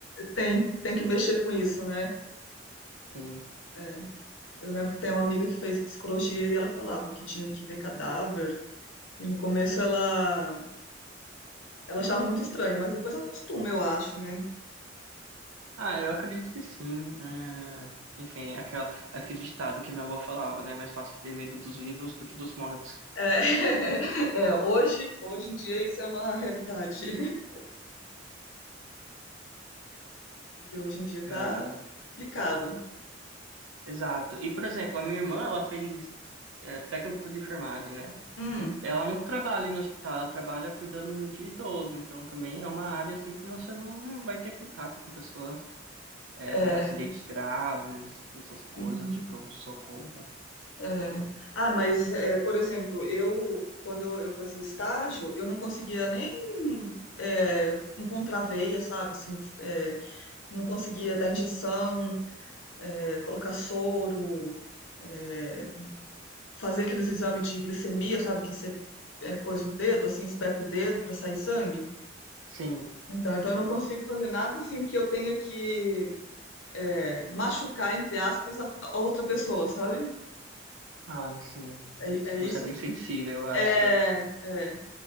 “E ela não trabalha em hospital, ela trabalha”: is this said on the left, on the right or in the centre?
Right